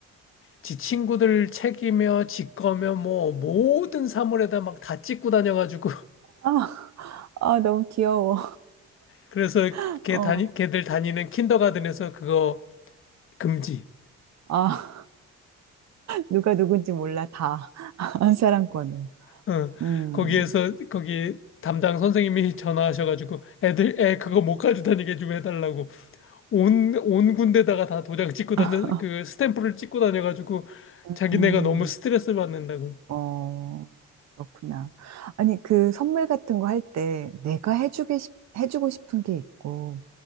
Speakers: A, on the left (about 45°); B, on the right (about 60°).
A: 지 친구들 책이며 지 거며 뭐 모든 사물에다 막 다 찍고 다녀가지고 <laughs>
B: 아, <laughs> 아, 너무 귀여워.
A: 그래서
B: <laughs>
A: 걔
B: 어,
A: 다니 걔들 다니는 킨더가든에서 그거 금지.
B: 아. 누가 누군지 몰라, 다. <laughs> 한 사람권을
A: 어.
B: 음.
A: 거기에서 거기 담당 선생님이 전화하셔가지고 애들 애 그거 못 가지고 다니게 좀 해달라고. 온, 온 군데다가 다 도장 찍고 다녀,
B: <laughs>
A: 그 스탬프를 찍고 다녀가지고
B: 음,
A: 자기네가 너무 스트레스 받는다고.
B: 어, 그렇구나. 아니, 그 선물 같은 거 할 때 내가 해주게, 싶- 해주고 싶은 게 있고